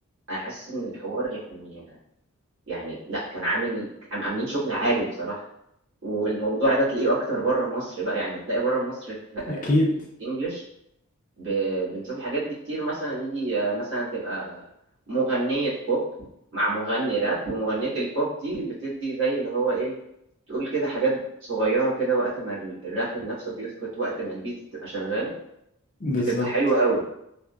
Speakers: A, on the right; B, on the left.
A: أنا حاسس إن الحوار يعني يعني لأ، كان عامل عام عاملين شغل عالي بصراحة، والموضوع ده تلاقيه أكتر برّه مصر بقى، يعني تلاقي برّه مصر في آه،
B: <laughs> اكيد
A: في الEnglish ب- بنشوف الحاجات دي كتير مثلا يجي آه، مثلا تبقى مغنية بوب مع مغني راب ومغنية البوب دي بتدي زي اللي هو ايه تقول كده حاجات صغيرة كده وقت ما ال- الرابر نفسه بيسكت وقت ما البيت بتبقى شغالة
B: بالظبط
A: بتبقى حلوة قوي